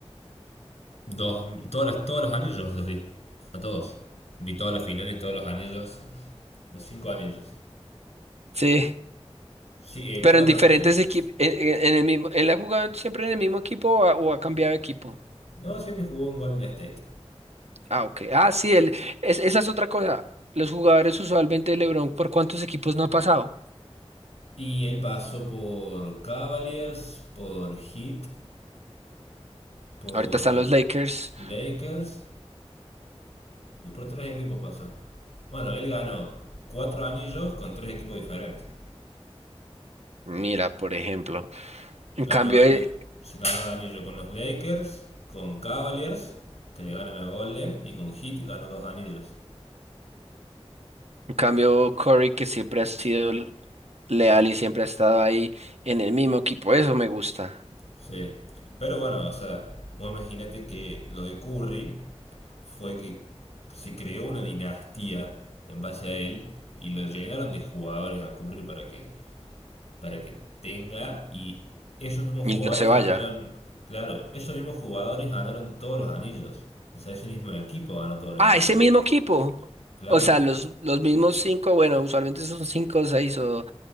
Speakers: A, on the left; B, on the right.
A: dos, todas las, todos los anillos los vi. A todos. Vi todas las finales, todos los anillos. Los cinco anillos.
B: Sí,
A: Sí, eh,
B: pero
A: cuatro
B: en diferentes
A: anillos.
B: equipos, en, en- en el mismo, él ha jugado siempre en el mismo equipo o ha, o ha cambiado de equipo.
A: No, siempre jugó en Golden State.
B: Ah, ok. Ah, sí, él, es- esa es otra cosa. Los jugadores usualmente de LeBron, ¿por cuántos equipos no ha pasado?
A: Y él pasó por Cavaliers, por Heat, por
B: Ahorita están los Lakers.
A: Lakers y por tres equipos pasó. Bueno, él ganó cuatro anillos con tres equipos diferentes.
B: Mira, por ejemplo. En
A: Ganó
B: cambio,
A: ani-
B: eh,
A: se ganó el anillo con los Lakers, con Cavaliers, que le ganan a Golden, y con Heat ganó dos anillos.
B: en cambio Curry, que siempre ha sido leal y siempre ha estado ahí en el mismo equipo. Eso me gusta.
A: Sí. Pero bueno, o sea, vos imaginate que lo de Curry fue que se creó una dinastía en base a él y lo llenaron de jugadores a Curry para que, para que tenga y esos mismos
B: Y
A: jugadores
B: no se vaya.
A: ganaron, claro, esos mismos jugadores ganaron todos los anillos. O sea, ese mismo equipo ganó todos los
B: Ah,
A: anillos.
B: ese mismo equipo.
A: Claro.
B: O sea, los, los mismos cinco, bueno, usualmente son cinco o seis o